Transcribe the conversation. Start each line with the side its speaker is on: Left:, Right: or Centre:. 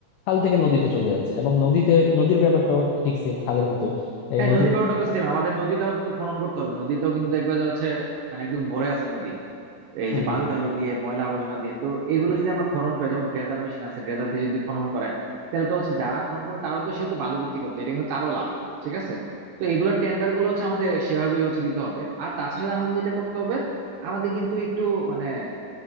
Left: খাল থেকে নদীতে চলে যাচ্ছে এবং নদীতে নদীর ব্যাপারটাও ঠিক সেম খালের মতো
Right: হ্যাঁ
Left: নদীতে
Right: নদী ব্যাপারটা তো সেম আমাদের নদীটাও একটু খনন করতে হবে নদীতেও কিন্তু দেখবে যে হচ্ছে মানে একদম ভরে আছে নদী এই
Left: হুম,
Right: যে বালু টালু দিয়ে ময়লা আবর্জনা দিয়ে তো এগুলো যদি আমরা খনন করি যেমন ড্রেজার মেশিন আছে ড্রেজার দিয়ে যদি খনন করায় তাহলে তো হচ্ছে যারা খনন করবে তারও তো সেহেতু বালু বিক্রি করতে এটা কিন্তু তারও লাভ ঠিক আছে তো এগুলো টেন্ডার গুলো হচ্ছে আমাদের সেভাবেই হচ্ছে দিতে হবে আর তাছাড়া আমাদের যেটা করতে হবে আমাদের কিন্তু একটু মানে